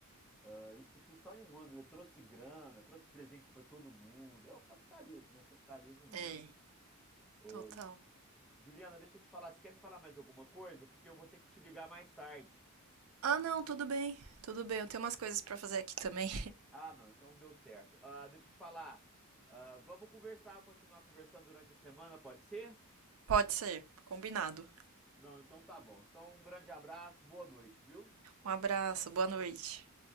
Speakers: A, in the centre; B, on the right (about 75°).
A: ah, isso tudo só em um ano, eu trouxe grana, trouxe presente pra todo mundo, é o capitalismo, né? O capitalismo mesmo.
B: É,
A: Ô,
B: total.
A: Juliana, deixa eu te falar, você quer me falar mais alguma coisa? Porque eu vou ter que te ligar mais tarde.
B: Ah, não, tudo bem. Tudo bem, eu tenho umas coisas pra fazer aqui também.
A: Ah, não, então deu certo. Ah, deixa eu te falar. Ah, vamos conversar, continuar conversando durante a semana, pode ser?
B: <laughs> Pode ser, combinado.
A: Não, então tá bom. Então, um grande abraço, boa noite, viu?
B: Um abraço, boa noite.